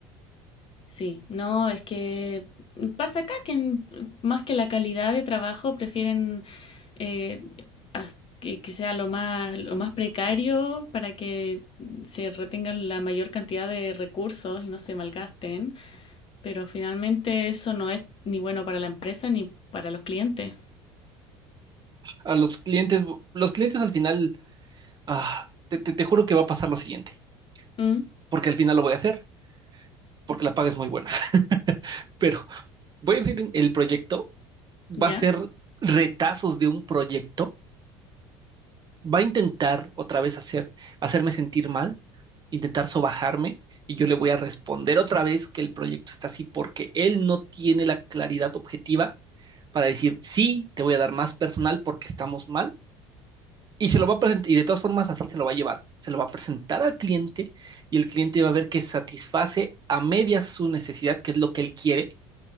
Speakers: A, on the left; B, on the right.
A: Sí, no, es que pasa acá que en- más que la calidad de trabajo prefieren eh, as- que, que sea lo más, lo más precario para que se retengan la mayor cantidad de recursos y no se malgasten, pero finalmente eso no es ni bueno para la empresa ni para los clientes.
B: a los clientes, los clientes al final, ah, te, te- te juro que va a pasar lo siguiente,
A: Mm,
B: porque al final lo voy a hacer, porque la paga es muy buena, <laughs> pero voy a decir el proyecto, va
A: ¿Ya?
B: a ser retazos de un proyecto, va a intentar otra vez hacer, hacerme sentir mal, intentar sobajarme, y yo le voy a responder otra vez que el proyecto está así porque él no tiene la claridad objetiva para decir, sí, te voy a dar más personal porque estamos mal Y se lo va a presentar, y de todas formas así se lo va a llevar. Se lo va a presentar al cliente y el cliente va a ver que satisface a medias su necesidad, que es lo que él quiere,